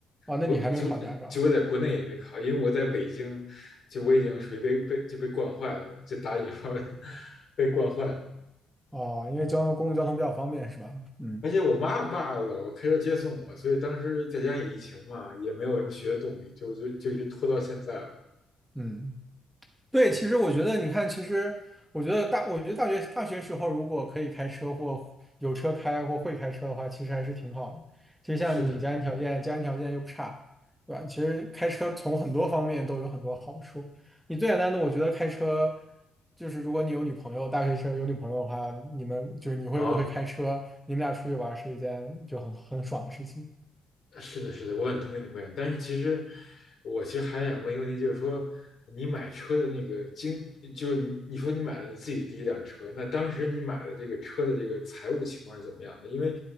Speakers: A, in the centre; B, on the left.
A: 哦，那你还没考驾照
B: 我就就我在国内也没考，因为我在北京，就我已经属于被被就被惯坏了吧，就打引号的 <laughs> 被惯坏了。
A: 哦，因为交通公共交通比较方便是吧？
B: 嗯
A: 嗯
B: 而且我妈我爸老开车接送我，所以当时在家也疫情嘛，也没有什么学的动力，就就就一直拖到现在了。
A: 嗯，对，
B: 嗯，
A: 其实我觉得你看，其实我觉得大，我觉得大学大学时候如果可以开车或有车开或会开车的话，其实还是挺好的。其实像你家庭条件，
B: 是的，
A: 家庭条件又不差，对吧？其实开车从很多方面都有很多好处。你最简单的，我觉得开车就是如果你有女朋友，大学生有女朋友的话，你们就是你会不会开车，
B: 哦。
A: 你们俩出去玩儿是一件就很很爽的事情。
B: 是的，是的，我很同意你的观点。但是其实，我其实还想问一个问题，就是说，你买车的那个经，就是你你说你买了你自己第一辆车，那当时你买的这个车的这个财务情况是怎么样的？因为